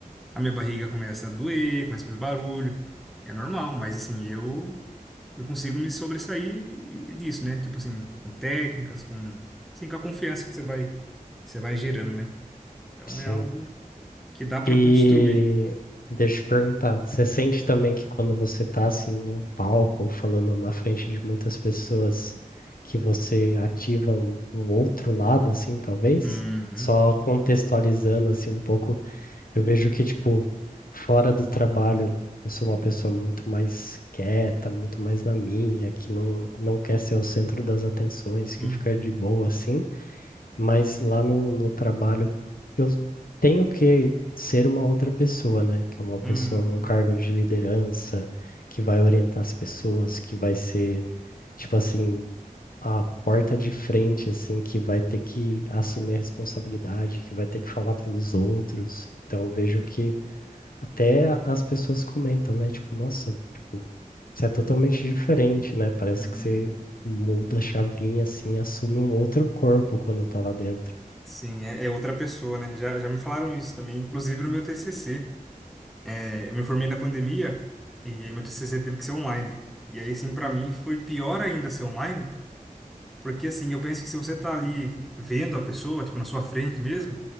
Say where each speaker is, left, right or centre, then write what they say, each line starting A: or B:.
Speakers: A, in the centre; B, on the left.
A: a minha barriga começa a doer, começa a fazer barulho. É normal, mas assim, eu eu consigo me sobressair disso, né? Tipo assim, com técnicas, com, assim, com a confiança que você vai, você vai gerando, né? Então
B: Sim.
A: é algo que dá para
B: E
A: construir.
B: deixa eu te perguntar, você sente também que quando você tá assim num palco ou falando na frente de muitas pessoas que você ativa um, um outro lado assim, talvez?
A: Uhum,
B: Só contextualizando assim um pouco, eu vejo que tipo fora do trabalho eu sou uma pessoa muito mais quieta, muito mais na minha, que não não quer ser o centro das atenções,
A: uhum,
B: que fica de boa assim mas lá no, no trabalho eu tenho que ser uma outra pessoa, né? Que é uma pessoa
A: uhum,
B: num cargo de liderança, que vai orientar as pessoas, que vai ser, tipo assim, a porta de frente, assim, que vai ter que assumir a responsabilidade, que vai ter que falar pelos outros. Então eu vejo que até as pessoas comentam, né? Tipo, nossa, você é totalmente diferente, né? Parece
A: uhum.
B: que você muda a chavinha, assim, e assume um outro corpo quando tá lá dentro.
A: Sim, é, é outra pessoa, né? Já, já me falaram isso também, inclusive no meu TCC. É, eu me formei na pandemia e aí meu TCC teve que ser online. E aí, sim, para mim foi pior ainda ser online, Porque assim, eu penso que se você tá ali vendo a pessoa, tipo, na sua frente mesmo,